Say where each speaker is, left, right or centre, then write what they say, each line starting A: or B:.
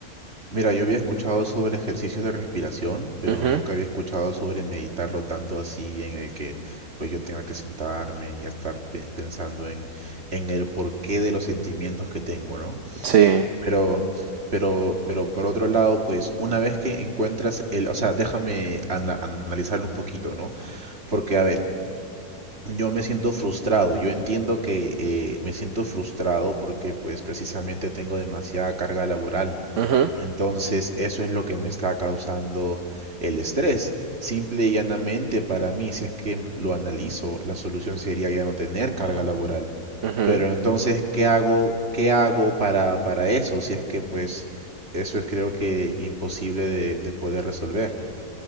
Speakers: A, on the right; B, on the right.
A: Mira, yo había escuchado sobre ejercicios de respiración, pero
B: Ujú.
A: nunca había escuchado sobre meditarlo tanto así en el que pues yo tenga que sentarme y estar pe- pensando en, en el porqué de los sentimientos que tengo, ¿no?
B: Sí,
A: Pero, pero, pero por otro lado, pues una vez que encuentras el, o sea, déjame ana- analizarlo un poquito, ¿no? Porque, a ver, yo me siento frustrado, yo entiendo que eh, me siento frustrado porque pues precisamente tengo demasiada carga laboral,
B: ujú,
A: entonces, eso es lo que me está causando el estrés. Simple y llanamente para mí, si es que lo analizo, la solución sería ya no tener carga laboral.
B: ujú.
A: Pero entonces, ¿qué hago, qué hago para, para eso? Si es que pues eso es creo que imposible de, de poder resolver.